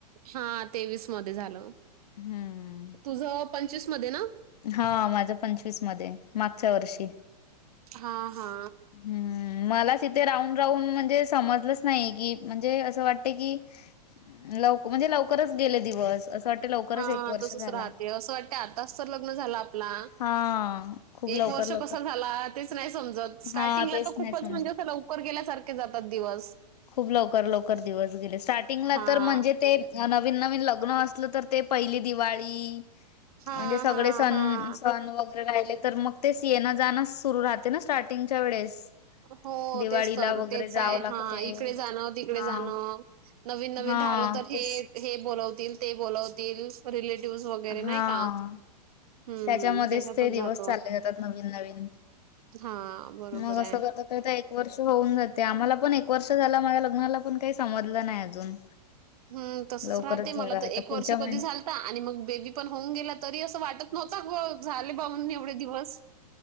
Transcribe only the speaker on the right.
हा, तेवीस मध्ये झालं.
तुझ पंचवीस मध्ये ना?
हा हा.
हा,
तसच
राहते, असं वाटते आताच तर लग्न झालं आपला.
एक
वर्ष
कस झाला, तेच नाही समजत, स्टार्टिंगला
तर खूपच
म्हणजे ल गेल्यासारखे जातात दिवस.
हां.
हां,
हां,
हां.
हो,
तेच तर,
तेच
आहे
हा, इकडे जाणं तिकडे
जाणं नवीन नवीन
धारलं तर हे
हे बोलवतील, ते बोलवतील, रिलेटिव्हज वगैरे
नाही का. हम्म!
त्याच्यातच
जातो.
हां, बरोबर
आहे.
हम् तसच
राहते
मला तर
एक
वर्ष
कधी झालं आणि मग बेबी पण होऊन गेला तरी असं वाटत नव्हता झाले बाबा एवढे दिवस.